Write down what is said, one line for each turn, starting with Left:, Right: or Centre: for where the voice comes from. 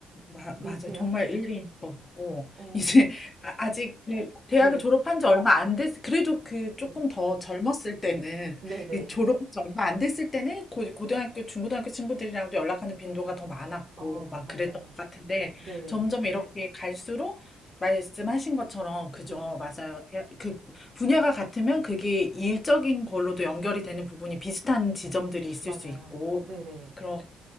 Left: 마,
Right: 비슷해요?
Left: 맞아요. 정말 일리인 것 같고
Right: 어,
Left: 이제 <laughs> 아- 아직 그 대학을
Right: 네.
Left: 졸업한 지 얼마 안 됐, 그래도 그
Right: 네.
Left: 조금 더 젊었을 때는
Right: 네네.
Left: 이 졸업한 지 얼마 안 됐을 때는 고, 고등학교, 중고등학교 친구들이랑도 연락하는 빈도가 더 많았고
Right: 어,
Left: 막
Right: 맞아요.
Left: 그랬던 것 같은데
Right: 네네.
Left: 점점 이렇게 갈수록 말씀하신 것처럼 그죠.
Right: 네.
Left: 맞아요. 대- 그 분야가 같으면 그게 일적인 걸로도 연결이 되는 부분이 비슷한 지점들이 있을
Right: 맞아요.
Left: 수 있고
Right: 네네.
Left: 그런